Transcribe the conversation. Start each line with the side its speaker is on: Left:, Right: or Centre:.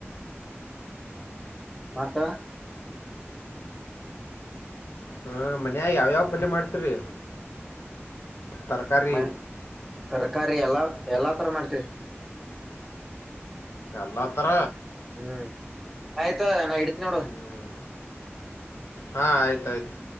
Centre: ಮತ್ತ
Left: ಹಾ ಮನ್ಯಾಗ ಯಾವ್ಯಾವ ಪಲ್ಯ ಮಾಡ್ತೀರಿ? ತರಕಾರಿ
Centre: ಮ ತರಕಾರಿ ಎಲ್ಲಾ ಎಲ್ಲಾ ತರ ಮಾಡ್ತೀವಿ.
Left: ಎಲ್ಲಾ ತರ.
Centre: ಹ್ಮ್ ಆಯ್ತ ನಾ ಇಡ್ತ್ ನೋಡ್.
Left: ಹ್ಮ್ ಹಾ ಆಯ್ತ್ ಆಯ್ತು.